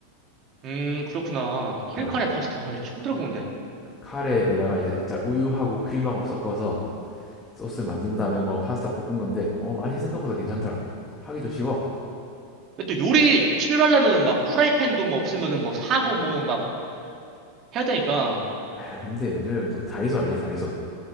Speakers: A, on the right; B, on the left.
A: 음, 그렇구나. 크림
B: 그러니까
A: 카레 파스타. 어, 처음 들어보는데.
B: 카레에다가 이제 살짝 우유하고 크림하고 섞어서 소스 만든 다음에 뭐 파스타 볶은 건데 어 맛이 생각보다 괜찮더라. 하기도 쉬워.
A: 근데 또 요리 취미로 하려면은 막 후라이팬도 뭐 없으면은 뭐 사고 뭐 막 해야 되니까
B: 아 근데 요즘 또 다이소 알지 다이소.